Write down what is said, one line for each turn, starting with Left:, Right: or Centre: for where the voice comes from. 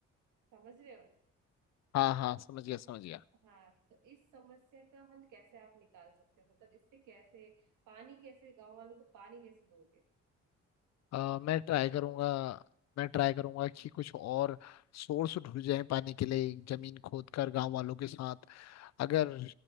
Right: समझ रहे हो
Left: हाँ हाँ समझ गया समझ गया
Right: हाँ तो इस समस्या का हल कैसे आप निकाल सकते हो मतलब इससे कैसे पानी कैसे गांव वालों को पानी कैसे दोगे
Left: अ, मैं ट्राई
Right: ऐसा
Left: करूंगा
Right: कुछ
Left: मैं ट्राई करूंगा कि कुछ और सोर्स ढूंढ जाए पानी के लिए जमीन खोद कर गांव वालों के साथ अगर